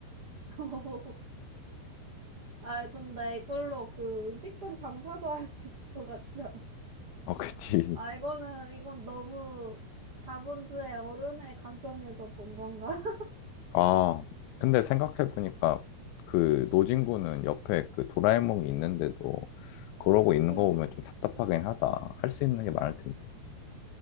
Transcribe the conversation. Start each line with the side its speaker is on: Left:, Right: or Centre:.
Right: <laughs> 아, 근데 이걸로 그 음식점 장사도 할 수 있을 것 같지
Left: 어, <laughs> 그치.
Right: 아, 이거는, 이건 너무 자본주의 어른의 관점에서 본 건가? <laughs>
Left: 아, 근데 생각해보니까 그 노진구는 옆에 그 도라에몽이 있는데도 그러고 있는
Right: 음,
Left: 거 보면 좀 답답하긴 하다. 할 수 있는 게 많을 텐데.